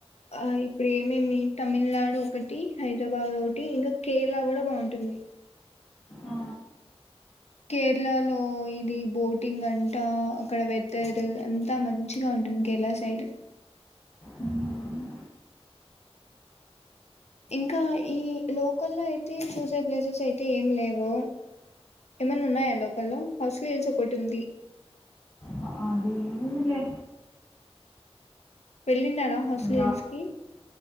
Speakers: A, on the left; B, on the left.
A: ఆ ఇప్పుడు ఏమేమి తమిళనాడు ఒకటి, హైదరాబాద్ ఒకటి, ఇంకా కేరళ కూడా బాగుంటుంది.
B: ఆ,
A: కేరళ లో ఇది బోటింగ్ అంటా అక్కడ వెతర్ అంత మంచిగా ఉం మ్ కేరళ సైడ్
B: మ్మ్.
A: ఇంకా ఈ లోకల్ లో అయితే చూసే ప్లేసెస్ అయితే ఏమి లేవు. ఏమన్నా ఉన్నాయా లోకల్లో హాస్లు హిల్స్ ఒకటి ఉంది.
B: ఆ అదేమిలే
A: వెళ్ళిన్నారా హౌస్లీ
B: అది రా
A: హిల్స్ కి